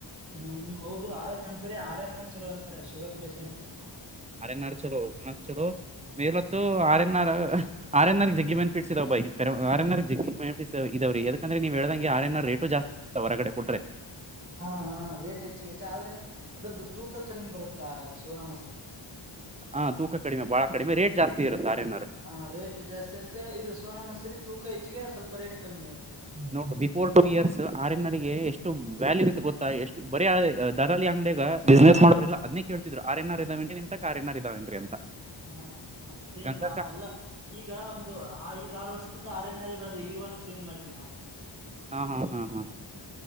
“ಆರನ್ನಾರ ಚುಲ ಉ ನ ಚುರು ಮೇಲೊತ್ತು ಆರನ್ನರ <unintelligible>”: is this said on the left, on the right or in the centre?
Right